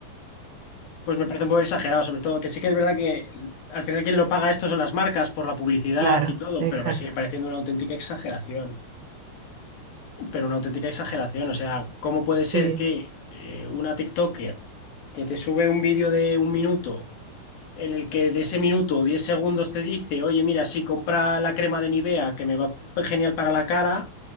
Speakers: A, on the left; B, on the right.
A: pues me parece un poco exagerado, sobre todo que sí que es verdad que al final quien lo paga esto son las marcas por la publicidad
B: Claro,
A: y todo,
B: exacto.
A: pero me sigue pareciendo una auténtica exageración, pero una auténtica exageración, o sea, ¿cómo puede
B: Sí,
A: ser que eh, una TikToker que te sube un vídeo de un minuto en el que de ese minuto 10 segundos te dice, oye, mira, sí, compra la crema de Nivea que me va genial para la cara,